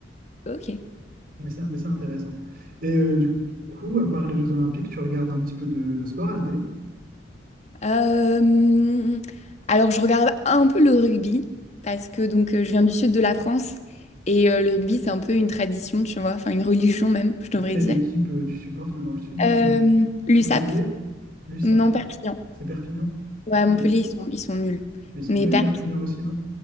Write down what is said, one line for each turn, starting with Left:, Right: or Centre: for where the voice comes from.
Left: Ok.
Right: Mais c'est, mais c'est intéressant. Et euh, du coup, à part les Jeux Olympiques, tu regardes un petit peu de, de sport à la télé?
Left: Euh, alors, je regarde un peu le rugby parce que donc euh, je viens du sud de la France et euh, le rugby c'est un peu une tradition, tu vois, enfin une religion même, je devrais
Right: Et quelle
Left: dire.
Right: équipe euh, tu supportes dans le sud?
Left: Euh,
Right: Mon-
Left: l'USAP,
Right: Montpellier? L'USAP.
Left: non, Perpignan.
Right: C'est Perpignan?
Left: Ouais,
Right: Ok.
Left: à Montpellier,
Right: Mais
Left: ils sont, ils sont nuls.
Right: ils sont
Left: Mais
Right: nuls,
Left: Perpignan,
Right: Perpignan aussi, non?